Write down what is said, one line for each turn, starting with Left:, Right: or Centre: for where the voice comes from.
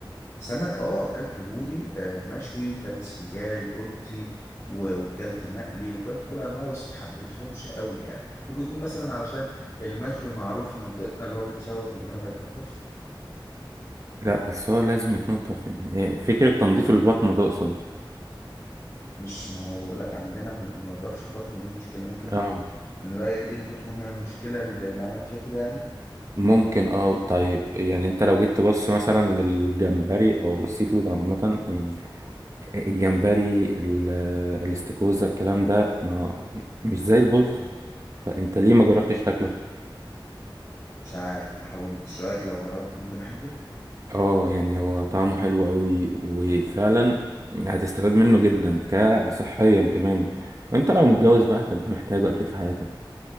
Left: سمك اه اكلت بوري آه، مشوي وكلت سنجاري بلطي و- وكلت مقلي وكلت كل انواع بس ما حبيتهمش قوي يعني ممكن يكون مثلا علشان المشوي معروف في منطقتنا اللي هو بيتشوى من غير ما يتنضف
Right: لا بس هو لازم يتنضف يعني فكرة تنظيف البطن تقصد
Left: مش ما هو بقول لك عندنا ما بننضفش البطن ودي مشكلة ممكن انت-
Right: اه
Left: من رأيك دي ممكن تكون هي المشكلة اللي اللي عملت فيها كده يعني
Right: ممكن اه طيب يعني انت لو جيت تبص مثلا للجمبري او السي فود عامة يعني الجمبري ال- الاستاكوزا الكلام ده ما مش زي البلطي فانت ليه ما جربتش تاكله
Left: مش عارف ما حاولتش رأيك لو جربت ممكن احبه
Right: اه يعني هو طعمه حلو قوي وفعلا هتستفاد منه جدا كصحيا كمان وانت لو متجوز بقى هتبقى محتاجه اكيد في حياتك